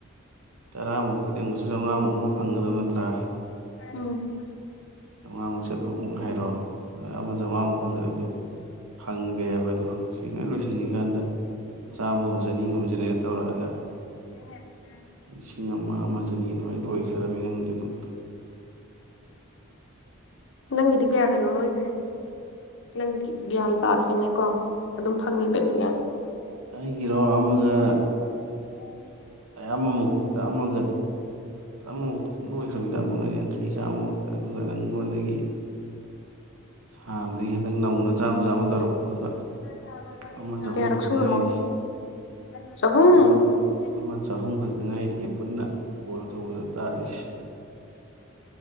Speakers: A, on the right; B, on the left.
A: ꯇꯔꯥꯃꯨꯛꯀꯤꯗꯪꯃꯨꯁꯨ ꯆꯥꯝꯉꯥꯃꯨꯛ ꯑꯃꯨꯛ ꯐꯪꯒꯗꯕ ꯅꯠꯇ꯭ꯔꯥ
B: ꯎꯝ
A: ꯆꯥꯝꯃꯉꯥꯃꯨꯛ ꯆꯥꯇ꯭ꯔꯨꯛꯃꯨꯛ ꯍꯥꯏꯔꯣ ꯑꯗ ꯑꯃ ꯆꯥꯝꯃꯉꯥꯃꯨꯛ ꯐꯪꯒꯗꯕꯗꯨ ꯈꯪꯗꯦ ꯍꯥꯏꯕꯗꯨ ꯉꯁꯤ ꯂꯣꯏ ꯂꯣꯏꯁꯤꯟꯈꯤꯕ ꯀꯥꯟꯗ ꯆꯥꯝꯃꯒꯨꯝꯕ ꯆꯅꯤꯒꯨꯝꯕ ꯖꯦꯅꯦꯔꯦꯠ ꯇꯧꯔꯛꯑꯒ
B: <unintelligible>
A: ꯂꯤꯁꯤꯡ ꯑꯃ ꯑꯃ ꯆꯅꯤ ꯑꯗꯨꯃꯥꯏꯅ ꯂꯣꯏꯈ꯭ꯔꯗꯕꯅꯤ ꯅꯪ ꯑꯗꯨꯝ
B: ꯅꯪꯒꯤꯗꯤ ꯀꯌꯥꯗꯅꯣ <unintelligible> ꯅꯪ ꯒ꯭ꯌꯥꯟ ꯇꯥꯗꯔ꯭ꯤꯅꯦꯀꯣ ꯑꯗꯨꯝ ꯐꯪꯉꯤꯕꯅꯤꯅꯦ
A: ꯑꯩꯒꯤꯔꯣ ꯑꯃꯒ
B: <unintelligible>
A: ꯑꯩ ꯑꯃꯃꯨꯛꯇ ꯑꯃꯒ ꯑꯃꯐꯨꯛ ꯁꯨꯝ ꯂꯣꯏꯈ꯭ꯔꯕꯅꯤꯗ ꯑꯃꯨꯒ ꯌꯥꯡꯈꯩ ꯆꯥꯝꯃꯃꯨꯛꯇ ꯑꯗꯨꯒ ꯅꯪꯉꯣꯟꯗꯒꯤ ꯁꯥꯕꯗꯒꯤ ꯍꯟꯇꯛ ꯅꯧꯅ ꯆꯥꯝꯃ ꯆꯥꯝꯃ ꯇꯧꯔꯛꯄꯗꯨꯒ
B: <unintelligible>
A: ꯑꯃ ꯆꯍꯨꯝ ꯈꯛꯇ ꯉꯥꯏꯔꯤ ꯑꯃ ꯑꯃ ꯆꯍꯨꯝ ꯈꯛꯇ ꯉꯥꯏꯔꯤꯌꯦ ꯄꯨꯟꯅ ꯀꯣꯜ ꯇꯧꯕꯗ ꯇꯥꯜꯂꯤꯁꯦ